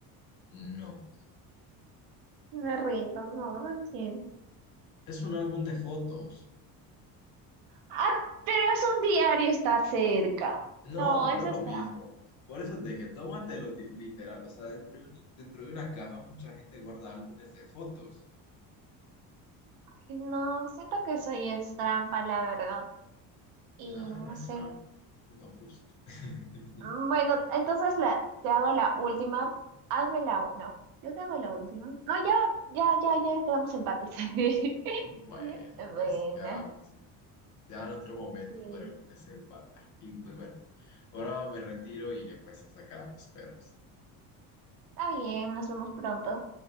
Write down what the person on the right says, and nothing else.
Me rindo, no, no entiendo.
Ah, pero es un diario, está cerca.
No, eso
es
trampa.
No, siento que soy es trampa, la verdad. Y
no
sé.
Mm, Bueno, entonces la, te hago la última. Hazme la... u- No, yo te hago la última. No, ya, ya, ya, ya quedamos empates. <laughs>
Bueno,
sí.
Está bien, nos vemos pronto.